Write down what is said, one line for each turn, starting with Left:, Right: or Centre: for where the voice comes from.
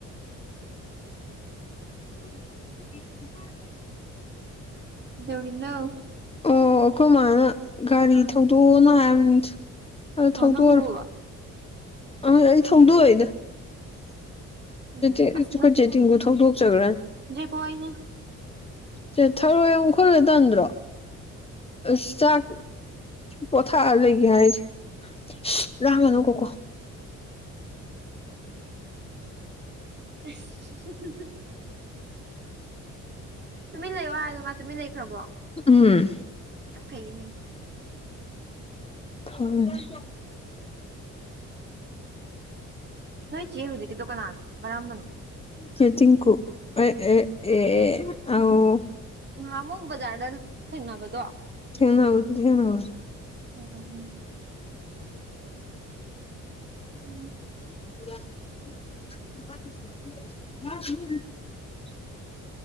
Left: <unintelligible>
Right: ꯀꯩꯗꯧꯔꯤꯅꯣ
Left: ꯑꯣ ꯑꯩꯈꯣꯏ ꯃꯥꯅ ꯒꯥꯔꯤ ꯊꯧꯗꯣꯛꯑꯣꯅ ꯍꯥꯏꯕꯅꯤ ꯑ ꯊꯧꯗꯣꯛꯑꯔꯣꯢ
Right: ꯑꯣ ꯅꯪꯕꯨ
Left: ꯑ ꯑꯩ ꯊꯧꯗꯣꯛꯏꯗ
Right: ꯎꯝ
Left: ꯑꯩꯈꯣꯏ
Right: ꯑꯁ
Left: ꯆꯦꯇꯤꯡꯕꯨ ꯊꯧꯗꯣꯛꯆꯈ꯭ꯔꯥꯅꯤ꯫
Right: ꯍꯣꯏꯅꯦ꯫
Left: ꯁꯦ ꯊꯔꯣꯏ ꯌꯝ ꯈꯨꯜꯂꯤꯗꯣ ꯇꯟꯗ꯭ꯔꯣ꯫ ꯑꯁ ꯆꯥꯛ ꯄꯣꯊꯥꯔ ꯂꯩꯒ ꯍꯥꯏꯗꯦ꯫ ꯁꯤꯠ ꯂꯥꯡꯒꯅꯨ ꯀꯣꯀꯣ꯫
Right: ꯢꯁ꯫ ꯇꯨꯃꯤꯟ ꯂꯩꯌꯣ ꯃꯥ ꯇꯨꯃꯤ ꯂꯩꯈ꯭ꯔꯕꯣ꯫
Left: ꯎꯝ
Right: ꯌꯥꯝ ꯐꯩꯌꯦꯅꯦ
Left: ꯈꯪ꯫ <unintelligible>
Right: ꯅꯣꯏ ꯆꯦ ꯍꯧꯖꯤꯛꯀꯤꯗꯣ ꯀꯅꯥꯅꯣ ꯀꯔꯝꯕꯅꯣ꯫
Left: ꯆꯦꯆꯤꯡꯀꯨ ꯑꯦ ꯑꯦ ꯑꯥꯎ꯫
Right: ꯉꯍꯥ ꯑꯃꯨꯛ ꯕꯖꯥꯔꯗ ꯊꯦꯡꯅꯕꯗꯣ <inaudible>
Left: ꯊꯦꯡꯅꯕꯗꯨ ꯊꯦꯡꯅꯕꯗꯨ
Right: ꯑꯣ ꯑꯣ ꯑꯣ ꯎꯝ
Left: <unintelligible>